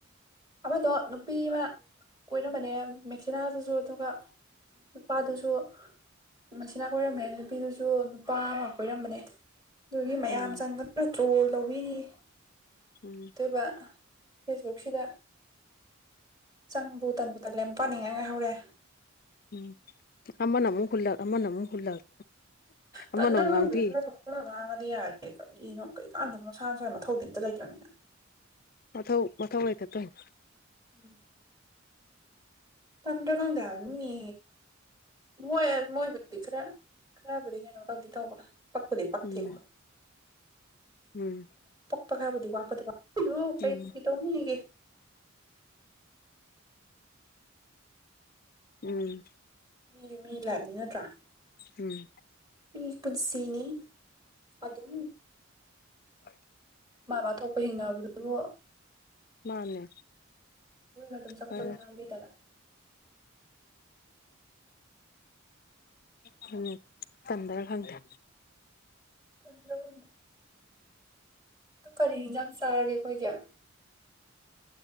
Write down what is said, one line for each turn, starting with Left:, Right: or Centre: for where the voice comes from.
Right: ꯑꯃꯗꯣ ꯅꯨꯄꯤ ꯑꯃ ꯀꯣꯏꯔꯝꯕꯅꯦ ꯃꯦꯛꯁꯤꯅꯥꯗꯨꯁꯨ ꯑꯗꯨꯒ ꯅꯨꯄꯥꯗꯨꯁꯨ ꯃꯦꯛꯁꯤꯅꯥ ꯀꯣꯏꯔꯝꯃꯦ ꯅꯨꯄꯤꯗꯨꯁꯨ ꯅꯨꯄꯥ ꯑꯃ ꯀꯣꯏꯔꯝꯕꯅꯦ ꯑꯗꯨꯒꯤ ꯃꯌꯥꯝ
Left: ꯎꯝ
Right: ꯆꯪꯗ ꯇ꯭ꯔꯣꯜ ꯇꯧꯕꯤꯔꯤ <unintelligible>
Left: ꯎꯝ
Right: ꯑꯃꯨꯛꯇꯣꯢꯕ ꯐꯦꯁꯕꯨꯛꯁꯤꯗ ꯆꯪꯕꯨ ꯇꯟꯕꯨ ꯇꯂꯦ ꯃꯄꯅꯤ ꯉꯥꯢ ꯉꯥꯏꯍꯧꯔꯦ
Left: ꯎꯝ ꯑꯃꯅ ꯑꯃ ꯍꯨꯜꯂꯛ ꯑꯃꯅ ꯑꯃꯨꯛ ꯍꯨꯜꯂꯛ ꯑꯃꯅ
Right: ꯇꯟꯗ꯭ꯔ
Left: ꯑꯃꯨꯛ
Right: ꯈꯪꯗꯦ
Left: ꯉꯥꯡꯕꯤ
Right: ꯈꯔ ꯈꯔ ꯉꯥꯡꯉꯗꯤ ꯌꯥꯔꯦ ꯀꯔꯤꯅꯣ ꯀꯩꯀꯥꯟꯗ ꯃꯁꯥ ꯃꯁꯥꯒꯤ ꯃꯊꯧꯗꯤ ꯑꯝꯇ ꯂꯩꯇ꯭ꯔꯃꯤꯅ
Left: ꯃꯊꯧ ꯃꯊꯧ ꯂꯩꯇ ꯇꯣꯏꯅꯦ
Right: ꯎꯝ ꯇꯟꯗ꯭ꯔ ꯈꯪꯗꯦ ꯍꯥꯢꯕ ꯃꯤ ꯃꯣꯏ ꯃꯣꯏꯕꯨꯗꯤ ꯈꯔ ꯈꯔꯕꯨꯗꯤ ꯀꯩꯅꯣ ꯇꯧꯗꯤ ꯇꯧꯕ ꯄꯛꯄꯨꯗꯤ ꯄꯛꯇꯦ
Left: ꯎꯝ
Right: ꯀꯣ
Left: ꯎꯝ
Right: ꯈꯥꯔꯕꯨꯗꯤ ꯋꯥꯕ ꯐꯠꯇ ꯃꯥꯕꯨ
Left: ꯎꯝ
Right: ꯀꯩꯗꯧꯅꯤꯒꯦ
Left: ꯎꯝ
Right: ꯃꯤ ꯃꯤ ꯂꯥꯏꯅꯤ ꯅꯠꯇ꯭ꯔꯥ
Left: ꯎꯝ
Right: ꯃꯤ ꯄꯨꯟꯁꯤ ꯄꯤꯅꯤ ꯑꯗꯨꯝ
Left: ꯍꯥꯢ
Right: ꯃꯥ ꯃꯥ ꯊꯣꯛꯄ ꯍꯤꯡꯅꯕꯗꯨꯕꯨ
Left: ꯃꯥꯅꯦ
Right: ꯑꯗꯨꯝ ꯆꯒꯠ
Left: ꯈꯔ
Right: ꯆꯒꯠ ꯉꯥꯡꯕꯤꯗꯅ
Left: ꯎꯝ ꯇꯟꯗ꯭ꯔ ꯈꯪꯗꯦ
Right: ꯇꯟꯗ꯭ꯔꯥ ꯈꯪꯗꯦ ꯑꯗꯨ ꯀꯔꯤ ꯌꯦꯟꯖꯥꯡ ꯆꯥꯔꯒꯦ ꯑꯩꯈꯣꯏꯒꯤ